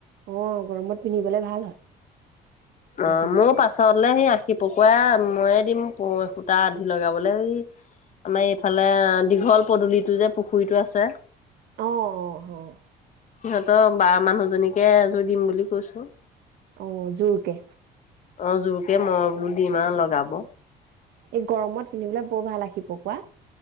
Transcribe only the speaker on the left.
অহ,
মোৰ
পাছ হে আঁশি সি পকৰা ময়ে দিম সূতা আধি লগাবলে। এই আমাৰ এইফাল দীঘল পদূলিটো যে পুখুৰীটো আছে।
সিহঁতৰ বা মানুহজনীক <unintelligible> এজোৰ দিম বুলি কৈছো।
অহ, জোৰকে মই বোলো দিম আৰু লগাব।